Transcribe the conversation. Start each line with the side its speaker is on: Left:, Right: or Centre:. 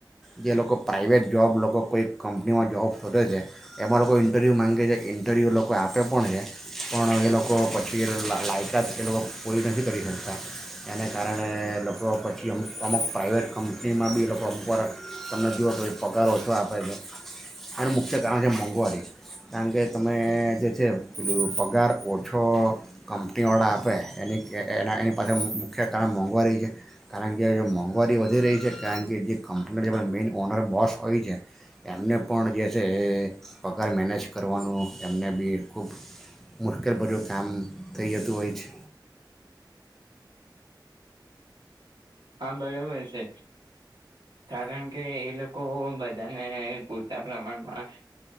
Centre: જે લોકો પ્રાઇવેટ જોૉબ લોકો કોઈ કંપનીમાં જોૉબ શોધે છે એમાં લોકો ઇન્ટરવ્યૂ માગે છે ઇન્ટરવ્યૂ લોકો આપે પણ છે પણ એ લોકો પછી લાયકાત એ લોકો પૂરી નથી કરી શકતા એને કારણે લોકો પછી અમ અમુક પ્રાઇવેટ કંપનીમાં બી એ લોકો અમુક વાર તમને જુઓ તો એ પગાર ઓછો આપે છે અને મુખ્ય કારણ છે મોંઘવારી કારણ કે તમે જે છે પેલું પગાર ઓછો કંપનીવાળા આપે એની એના એની પાછળ મુખ્ય કારણ મોંઘવારી છે કારણ મોંઘવારી વધી રહી છે કારણ કે જે કંપની મેઈન ઓનર બોસ હોય છે એમને પણ જે છે એ પગાર મેનેજ કરવાનું એમને બી ખૂબ મુશ્કેલ બરું કામ થઈ જતું હોય છે.
Right: હા બરોબર છે કારણ કે એ લોકો બધાને પૂરતા પ્રમાણમાં